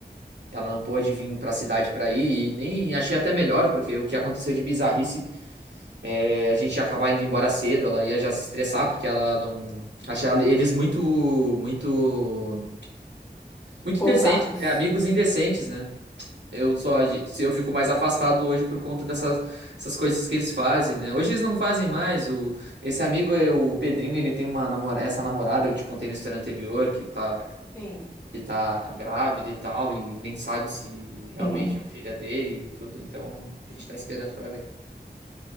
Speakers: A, on the right (about 85°); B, on the left (about 20°).
A: Ela não pôde vir pra cidade pra ir, e nem achei até melhor, porque o que aconteceu de bizarrice, é, a gente ia acabar indo embora cedo, ela ia já se estressar, porque ela não. Achava eles muito, muito, muito
B: Ousados.
A: indecentes, né? Amigos indecentes, né? Eu só adi- se eu fico mais afastado hoje por conta dessas essas coisas que eles fazem, né? Hoje eles não fazem mais. O, esse amigo, é o Pedrinho, ele tem uma namora, essa namorada que eu te contei na história anterior, que tá,
B: Sim,
A: que tá grávida e tal, e nem sabe se realmente
B: sim.
A: é o filho é dele e tudo, então a gente tá esperando pra ver.